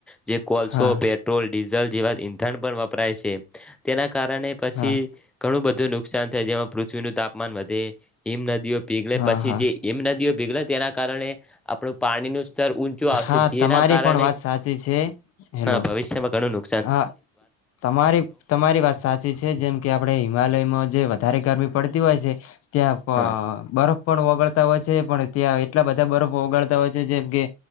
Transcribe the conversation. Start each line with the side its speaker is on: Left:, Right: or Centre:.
Centre: જે કોલસો
Left: હા
Centre: પેટ્રોલ ડીઝલ જેવા ઈંધણ પણ વપરાય છે તેના કારણે પછી
Left: હા
Centre: ઘણું બધું નુકસાન થાય જેમાં પૃથ્વીનું તાપમાન વધે હિમ નદીઓ પીગળે
Left: હા
Centre: પછી
Left: હા
Centre: જે હિમ નદીઓ પીગળે તેના કારણે આપણું પાણીનું સ્ત ચાર ઊંચો આવશે
Left: હા
Centre: જેના
Left: તમારી
Centre: કારણે
Left: પણ વાત સાચી છે હેલો
Centre: હા ભવિષ્યમાં ઘણું નું
Left: હા તમારી તમારી વાત સાચી છે જેમ કે આપડણે હિમાલયમાં જે ધારે ગરમી પડતી હોય છે ત્યાં બા
Centre: હા
Left: બરફ પણ વગળ તા હોય છે પણ ત્યાં એટલા બધા બરફો ઓગાડતા હોય છે જેમ કે